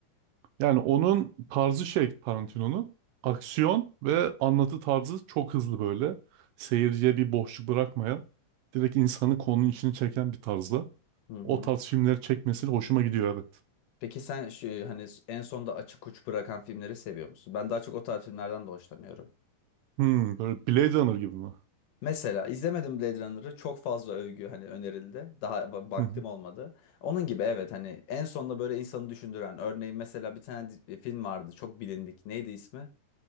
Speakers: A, on the right; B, on the left.
A: Yani onun tarzı şey Tarantino'nun. Aksiyon ve anlatı tarzı çok hızlı böyle. Seyirciye bir boşluk bırakmayan, direkt insanı konunun içine çeken bir tarzda.
B: Hı hı.
A: O tarz filmleri çekmesi hoşuma gidiyor evet.
B: Peki sen şu, hani en sonda açık uç bırakan filmleri seviyor musun? Ben daha çok o tarz filmlerden de hoşlanıyorum.
A: Hmm, böyle Blade Runner gibi mi?
B: Mesela izlemedim Blade Runner'ı çok fazla övgü hani önerildi. Daha va- vaktim
A: Hı hı.
B: olmadı. Onun gibi evet hani en sonunda böyle insanı düşündüren örneğin mesela bir tane di- e, film vardı çok bilindik. Neydi ismi?